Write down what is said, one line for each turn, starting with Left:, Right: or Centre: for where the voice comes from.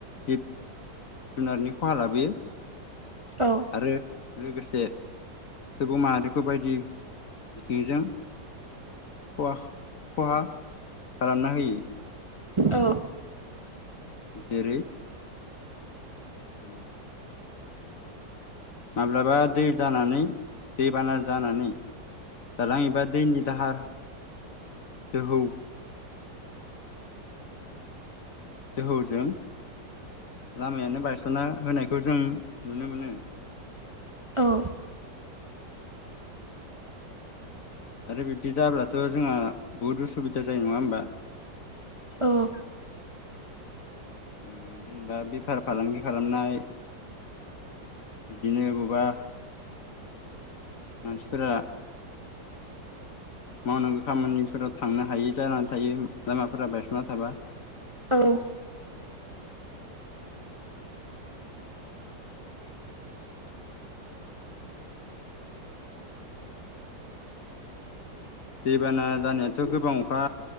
Left: जिब जुनारनि खहा लाबोयो।
Right: औ
Left: आरो लोगोसे सुबुं माहारिखौ बायदि बिथिंजों खहाखा-खहा खालामना होयो।
Right: औ
Left: जेरै ओ माब्लाबा दै जानानै दैबाना जानानै दालां एबा दैनि दाहार दोहौ दोहौजों लामायानो बायस'ना होनायखौ जों नुनो मोनो।
Right: औ
Left: आरो बिबदि जाब्लाथ' जोंहा बहुद उसुबिदा जायो नङा होमबा?
Right: औ
Left: ओ जेनेबा बेफार फालांगि खालामनाय बिदिनो बबेबा मानसिफोरा मावनांगौ खामानिफोराव थांनो हायि जानानै थायो लामाफोरा बायस'ना थाबा
Right: औ
Left: दैबाना जानायाथ' गोबां अखा